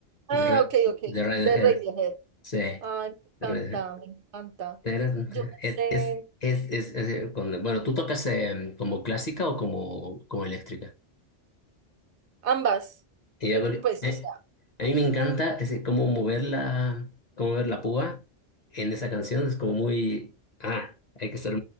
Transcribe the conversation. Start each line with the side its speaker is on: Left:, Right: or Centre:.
Right: Ah,
Left: de, Ra-
Right: ok,
Left: de
Right: ok.
Left: Radiohead,
Right: De Radiohead.
Left: sí, de
Right: Ay, me encanta,
Left: Radiohead.
Right: me encanta.
Left: Eres-
Right: Yo no
Left: Es,
Right: sé
Left: es, es, es, es, eh, con- bueno, ¿tú tocas eh, como clásica o como, como eléctrica?
Right: ambas.
Left: Y
Right: Me,
Left: a ver,
Right: pues,
Left: eh,
Right: o sea,
Left: a mí me encanta ese, cómo mover la, cómo mover la púa en esa canción, es como muy, ah, hay que estar